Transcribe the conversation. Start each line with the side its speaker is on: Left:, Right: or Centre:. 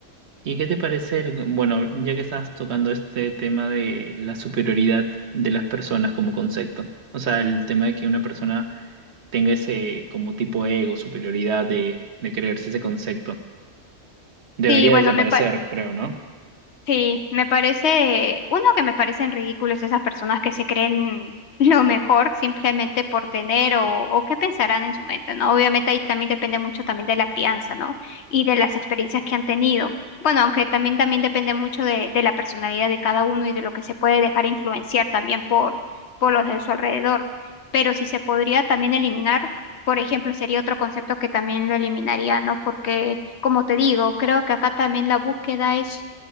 Right: ¿Y qué te parece el, bueno, ya que estás tocando este tema de la superioridad de las personas como concepto? O sea, el tema de que una persona tenga ese como tipo ego, superioridad de, de creerse ese concepto. Debería
Left: Sí, bueno,
Right: desaparecer,
Left: me, pa-
Right: creo, ¿no?
Left: Sí, me parece, uno que me parecen ridículos esas personas que se creen <laughs> lo mejor simplemente por tener o, o qué pensarán en su mente, ¿no? Obviamente ahí también depende mucho también de la crianza, ¿no? Y de las experiencias que han tenido. Bueno, aunque también también depende mucho de, de la personalidad de cada uno y de lo que se puede dejar influenciar también por, por los de su alrededor. Pero si se podría también eliminar, por ejemplo, sería otro concepto que también lo eliminaría, ¿no? Porque, como te digo, creo que acá también la búsqueda es